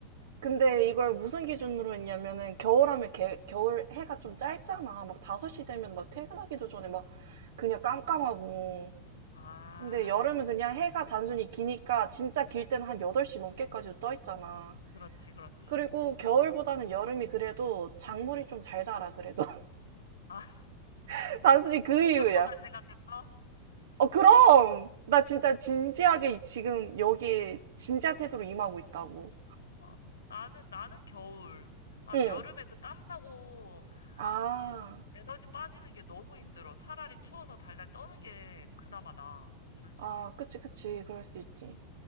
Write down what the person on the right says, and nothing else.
근데
이걸 무슨 기준으로 했냐면은 겨울하면 개, 겨울 해가 좀 짧잖아. 막 5시 되면 막 퇴근하기도 전에 막 그냥 깜깜하고.
근데 여름은 그냥 해가 단순히 기니까 진짜 길 때는 한 8시 넘게까지도 떠 있잖아.
그리고 겨울보다는 여름이 그래도 작물이 좀 잘 자라, 그래도.
<laughs> 단순히 그 이유야.
어, 그럼! 나 진짜 진지하게 지금 여기 진지한 태도로 임하고 있다고.
응.
아.
아, 그치, 그치. 그럴 수 있지.